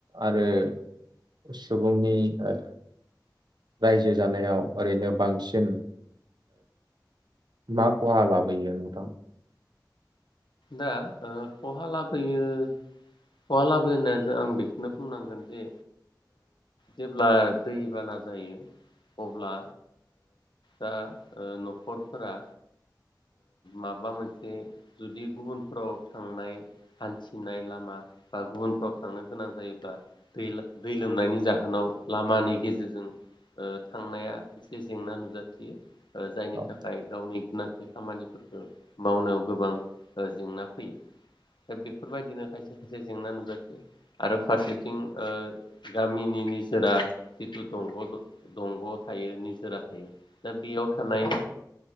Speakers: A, on the right (about 65°); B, on the left (about 75°).
A: आरो सुबुंनि औ रायजो जानायाव ओरैनो बांसिन मा खहा लाबोयो नोंथां
B: दा खहा लाबोयो खहा लाबोनायाथ आं बेखौनो बुंनांगोन जे जेब्ला दैबाना जायो अब्ला दा नखरफोरा माबा मोनसे जु जुदि गुबुनफ्राव थांनाय हान्थिनाय लामा बा गुबुनफ्राव थांनो गोनां जायोब्ला दै दै लोमनायनि जाहोनाव लामानि गेजेरजों थांनाया एसे जेंना नुजाथियो ओ जायनि
A: औ
B: थाखाय गावनि मोनसे खामानिफोरखौ मावनायाव गोबां जेंना फैयो दा बेफोरबायदिनो खायसे खायसे जेंना नुजाथियो आरो फारसेथिं गामिनि निजोरा जिथु दंग‌ दंग थायो निजोरा थायो दा बेयाव थानाय